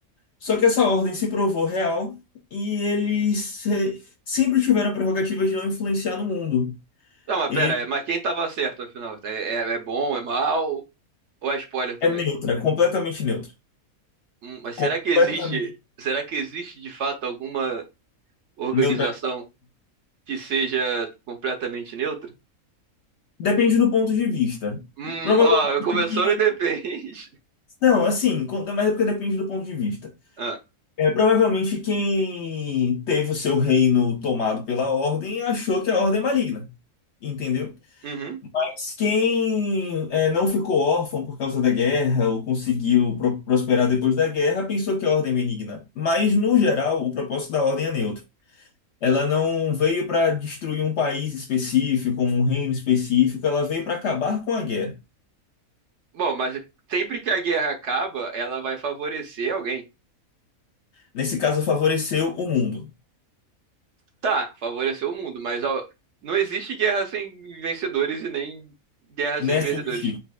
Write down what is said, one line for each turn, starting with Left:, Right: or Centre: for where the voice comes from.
Left: Só que essa ordem se provou real e eles eh, sempre tiveram a prerrogativa de não influenciar no mundo.
Right: Não, mas
Left: Ele
Right: pera, é- mas quem tava certo, afinal? É, é, é bom, é mal? Ou é spoiler também?
Left: é neutra, completamente neutra.
Right: Hum, mas será
Left: Completamente
Right: que existe. Será que existe de fato alguma organização
Left: neutra.
Right: que seja completamente neutra?
Left: Depende do ponto de vista.
Right: Hum,
Left: Provavelmente.
Right: ó, começou e depende. <laughs>
Left: Não, assim, con- mas é porque depende do ponto de vista.
Right: Ah,
Left: É, provavelmente quem teve o seu reino tomado pela Ordem achou que a Ordem é maligna, entendeu?
Right: uhum.
Left: Mas quem é, não ficou órfão por causa da guerra ou conseguiu pro- prosperar depois da guerra pensou que a Ordem é benigna. Mas, no geral, o propósito da Ordem é neutro. Ela não veio para destruir um país específico, um reino específico, ela veio para acabar com a guerra.
Right: Bom, mas sempre que a guerra acaba, ela vai favorecer alguém.
Left: Nesse caso, favoreceu o mundo.
Right: Tá, favoreceu o mundo, mas ó, não existe guerra sem vencedores e nem guerra
Left: Nessa
Right: sem perdedores.
Left: existiu.